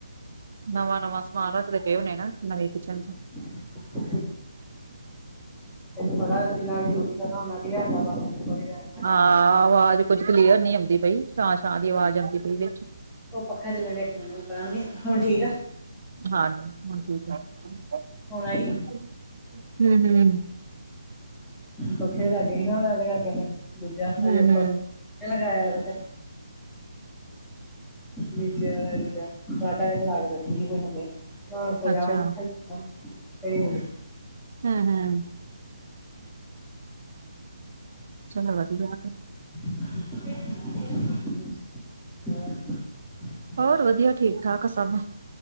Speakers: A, on the right; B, in the centre.
A: ਨਵਾਂ-ਨਵਾਂ ਸਮਾਨ ਰੱਖਦੇ ਪ‌ਏ ਹੁਨੇ ਨਾ, ਨਵੇਂ ਕਿਚਨ 'ਚ।
B: <unintelligible> ਥੋੜ੍ਹਾ ਜਿੰਨਾ ਕਿ ਅਰਾਮ ਨਾ ਦਿਆੜੀਆ <unintelligible>
A: ਹਾਂ, ਆਵਾਜ਼ ਕੁੱਝ ਕਲੀਅਰ ਨੀ ਆਉਂਦੀ ਪ ਛਾਂ-ਛਾਂ ਦੀ ਆਵਾਜ਼ ਆਉਂਦੀ ਪਈ ਵਿੱਚ।
B: ਉਹ ਪੱਖਾ ਚੱਲਣ ਡਿਆ, ਕੂਲਰ ਪਰਾ ਨੂੰ ਨੀ, ਹੁਣ ਠੀਕ ਆ।
A: ਹਾਂਜੀ, ਹੁਣ ਠੀਕ ਆ, ਹੂੰ-ਹੂੰ।
B: ਹੁਣ ਆਈ ਪੱਖੇ ਲਾਗੇ ਹੀ ਨਾ ਮੈਂ, ਓਦੇ ਕਰਕੇ ਦੂਜਾ
A: ਹੂੰ-ਹੂੰ,
B: ਹਜੇ ਉੱਪਰ ਇਹ ਲਗਾਇਆ ਓਦੇ ਤੇ। ਨੀਚੇ ਆਲਾ ਜਿਦਾਂ, ਮੈਂ ਤਾਂਗੇ ਫੈਲਾ ਕੇ ਬੈਠੀ ਸੀ ਜਿਹਦੇ ਥੱਲੇ‌, ਹੋਰ ਤੇ ਜਾਣ
A: ਅੱਛਾ।
B: ਕਿੱਥੇ। ਅਜੇ ਮੁੰਡੇ
A: ਹੂੰ ਹੂੰ ਚਲੋ ਵਧੀਆ ਕੇ।
B: <inaudible>
A: ਹੋਰ ਵਧੀਆ, ਠੀਕ-ਠਾਕ ਆ ਸਭ।